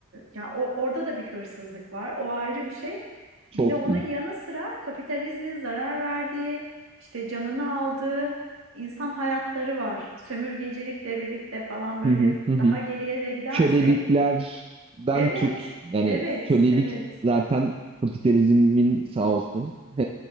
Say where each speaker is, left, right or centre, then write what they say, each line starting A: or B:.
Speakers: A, on the right; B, on the right.
A: ya o, orada da bir hırsızlık var. O ayrı bir şey.
B: Çok
A: Bir de onun
B: büyük.
A: yanı sıra kapitalizmin zarar verdiği, işte canını aldığı insan hayatları var. Sömürgecilikle birlikte falan böyle
B: Hı hı, hı hı.
A: daha geriye de gidersek.
B: Köleliklerden
A: Evet,
B: tut. Yani
A: evet,
B: kölelik
A: evet,
B: zaten kapitalizmin sağ olsun. <laughs>